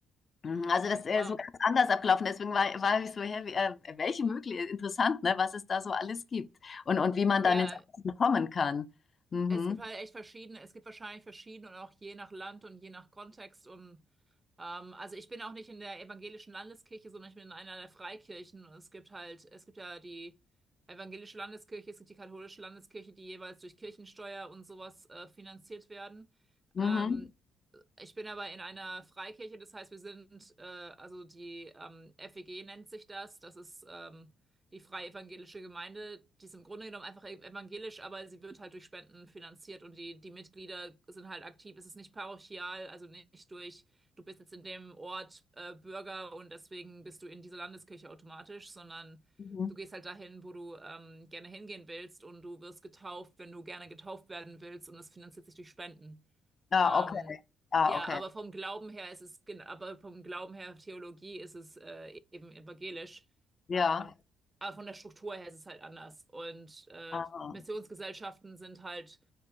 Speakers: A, on the left; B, on the right.
A: Mhm, also, das,
B: wow.
A: äh, so ganz anders abgelaufen. Deswegen war war ich so: „Hä, wie äh, welche mögli interessant, ne, was es da so alles gibt und und wie man
B: Ja,
A: dann ins Außen kommen kann. Mhm.
B: Es gibt halt echt verschiedene, es gibt wahrscheinlich verschiedene und auch je nach Land und je nach Kontext und ähm, also ich bin auch nicht in der evangelischen Landeskirche, sondern ich bin in einer der Freikirchen und es gibt halt, es gibt ja die evangelische Landeskirche, es gibt die katholische Landeskirche, die jeweils durch Kirchensteuer und sowas äh, finanziert werden.
A: Mhm.
B: Ähm, ich bin aber in einer Freikirche, das heißt, wir sind, äh, also die ähm, FEG nennt sich das. Das ist ähm, die Freie Evangelische Gemeinde. Die ist im Grunde genommen einfach ev- evangelisch, aber sie wird halt durch Spenden finanziert und die, die Mitglieder sind halt aktiv. Es ist nicht parochial, also nicht durch, du bist jetzt in dem Ort äh, Bürger und deswegen bist du in dieser Landeskirche automatisch, sondern
A: Mhm.
B: du gehst halt dahin, wo du ähm, gerne hingehen willst und du wirst getauft, wenn du gerne getauft werden willst und das finanziert sich durch Spenden.
A: Ja,
B: Ähm,
A: okay. Ah,
B: ja,
A: okay.
B: aber vom Glauben her ist es, gen- aber vom Glauben her Theologie ist es äh, eben evangelisch.
A: Ja.
B: Ähm, aber von der Struktur her ist es halt anders. Und äh,
A: Ah.
B: Missionsgesellschaften sind halt